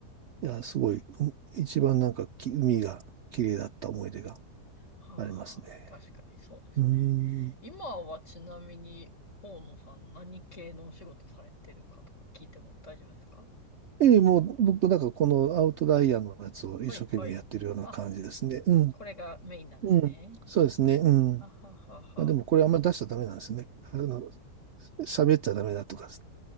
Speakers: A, on the right (about 85°); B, on the left (about 45°).
A: いや、すごい、うん一番なんかき海が綺麗だった思い出が
B: はあ、
A: ありますね。
B: はあ、確かにそうですね。
A: うん。
B: 今はちなみに、大野さん何系のお仕事されてるかとか聞いても大丈夫ですか
A: ええ、もう僕なんかこのアウトライヤーのやつを一生懸命やってるような感じですね。
B: はい、はい。あ、
A: うん。
B: これがメインなんですね。
A: うん。そうですね。うん。
B: はははは。
A: まあ、でもこれあんま出しちゃダメなんですね。あの、喋っちゃダメだとかっつっ